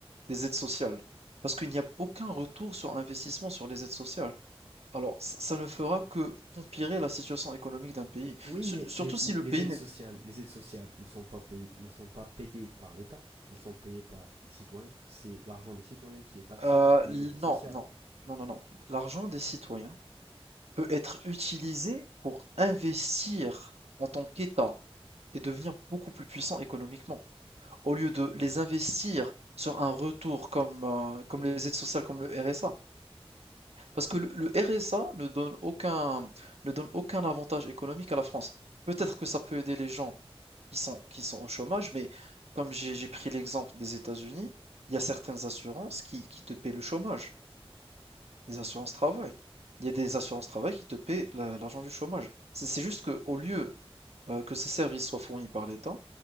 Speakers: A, on the right; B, on the right.
A: des aides sociales. Parce qu'il n'y a aucun retour sur investissement sur les aides sociales. Alors, ça ça ne fera que empirer la situation économique d'un pays.
B: oui,
A: Su-
B: mais
A: surtout
B: les, les-
A: si le
B: les
A: pays
B: aides
A: n'est...
B: sociales, les aides sociales ne sont pas payées, ne sont pas payées par l'État, elles sont payées par les citoyens. C'est l'argent des citoyens qui est taxé
A: euh,
B: pour payer
A: l-
B: les aides
A: non,
B: sociales.
A: non, non, non, non. L'argent des citoyens peut être utilisé pour investir en tant qu'État et devenir beaucoup plus puissant économiquement. Au lieu de les investir sur un retour comme, euh, comme les aides sociales, comme le RSA. Parce que le, le RSA ne donne aucun, ne donne aucun avantage économique à la France. Peut-être que ça peut aider les gens qui sont, qui sont au chômage, mais comme j'ai, j'ai pris l'exemple des États-Unis, il y a certaines assurances qui, qui te paient le chômage, les assurances travail. Il y a des assurances travail qui te paient la- l'argent du chômage. C'est c'est juste que au lieu euh, que ces services soient fournis par l'État,